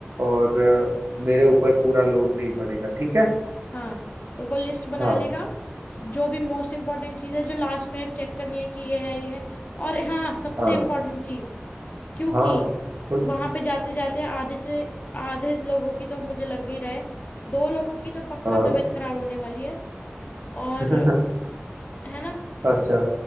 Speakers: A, on the right; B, on the left.
A: और अ, मेरे ऊपर पूरा लोड नहीं पड़ेगा ठीक है
B: हाँ तो वो लिस्ट बना
A: हाँ
B: लेगा जो भी मोस्ट इम्पोर्टेंट चीज है जो लास्ट मिनट चेक करनी है कि ये है ये है और हाँ सबसे
A: हाँ
B: इम्पोर्टेंट चीज क्योंकि
A: हाँ बोलो
B: वहां पे जाते जाते आधे से आधे लोगों की तो मुझे लग ही रहा है दो लोगों की तो पक्का
A: हाँ
B: तबीयत खराब होने वाली है और
A: <laughs>
B: है ना
A: अच्छा